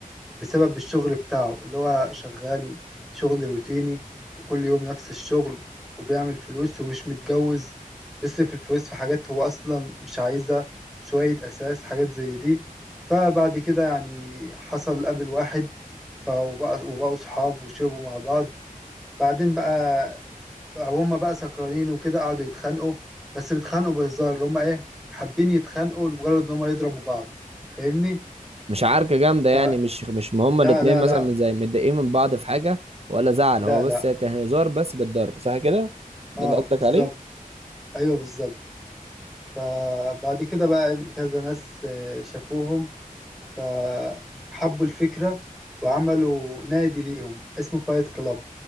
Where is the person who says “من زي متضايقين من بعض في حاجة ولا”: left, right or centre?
Right